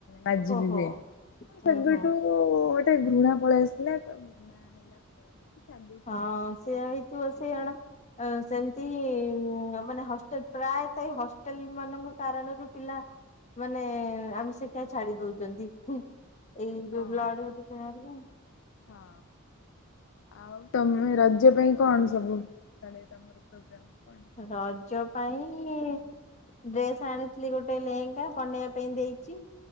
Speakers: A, on the left; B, on the left.
A: ମାଜି
B: ଓହୋ
A: ବିି ହୁଏ
B: ହୁଁ
A: ସେବେୁଠୁ
B: ହୁଁ
A: ଗୋଟେ ଘୃଣା ପଳେଇ ଆସିଲା ତ। ହେଲା। ଛାଡି ଦେଇଛି
B: ହଁ
A: ଆଉ
B: ସେ ହେଇଥିବ ସେ ଜଣ ସେମିତି ମାନେ ହଷ୍ଟେଲ ପ୍ରାୟତଃ ଏଇ ହଷ୍ଟେଲ ମାନଙ୍କ କାରଣରୁ ପିଲା ମାନେ ଆମେ ସେ କି ଛାଡି ଦଉଛନ୍ତି ହୁଁ। ଏଇ
A: ହଁ
B: ଯୋଉ
A: ହଁ
B: ବ୍ଲଡ ବାହାରିଲା।
A: ହଁ। ଆଉ ତମେ ରାଜ୍ୟ ପାଇଁ କଣ ସବୁ ଡ ତମର ପ୍ର କଣ
B: ରଜ ପାଇଁ ଡ୍ରେସ ଆଣିଥିଲି ଗୋଟେ ଲେହେଙ୍ଗା ବନେଇବା ପାଇଁ ଦେଇଛି